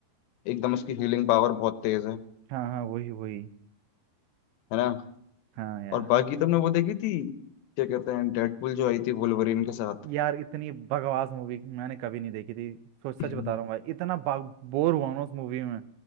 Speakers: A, on the left (about 75°); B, on the right (about 85°).
A: एकदम उसकी हीलिंग पावर बहुत तेज है
B: हाँ हाँ वही वही
A: है ना
B: हाँ यार
A: और बाकी तुमने वो देखी थी क्या कहते हैं डेडपूल जो आई थी वुल्वरीन के साथ
B: यार इतनी बकवास मूवी मैंने कभी नहीं देखी थी सोच
A: <clears throat>
B: सच बता रहा हूँ भाई इतना बोर हुआ ना उस मूवी में